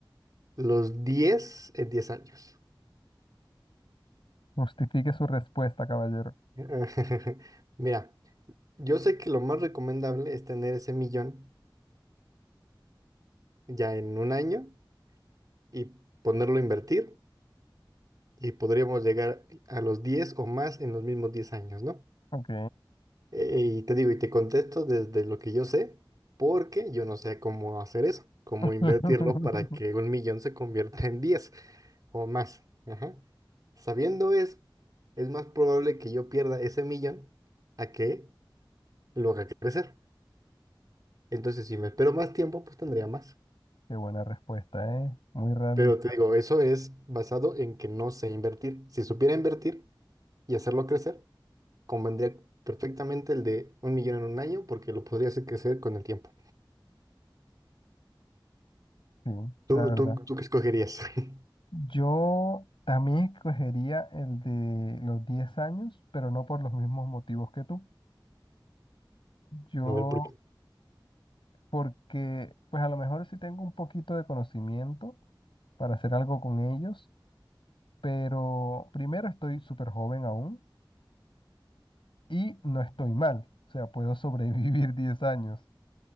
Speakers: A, on the right; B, on the left.
A: Los 10 en 10 años.
B: justifique su respuesta, caballero.
A: <laughs> Mira, yo sé que lo más recomendable es tener ese millón ya en un año y ponerlo a invertir y podríamos llegar a los 10 o más en los mismos 10 años, ¿no?
B: Ok.
A: Eh, y te digo, y te contesto desde lo que yo sé, porque yo no sé cómo hacer eso, cómo
B: <laughs>
A: invertirlo para que un millón se convierta en diez. o más. Ajá. Sabiendo eso, es más probable que yo pierda ese millón a que lo haga crecer. Entonces, si me espero más tiempo, pues tendría más.
B: Qué buena respuesta, ¿eh? Muy realista,
A: Pero te digo, eso es basado en que no sé invertir. Si supiera invertir y hacerlo crecer, convendría perfectamente el de un millón en un año porque lo podría hacer crecer con el tiempo.
B: sí,
A: ¿Tú,
B: la verdad.
A: tú, tú qué escogerías? <laughs>
B: Yo también escogería el de los 10 años, pero no por los mismos motivos que tú. Yo,
A: A ver, ¿por qué?
B: porque, pues a lo mejor sí tengo un poquito de conocimiento para hacer algo con ellos, pero primero estoy súper joven aún. y no estoy mal, o sea, puedo sobrevivir <laughs> 10 años.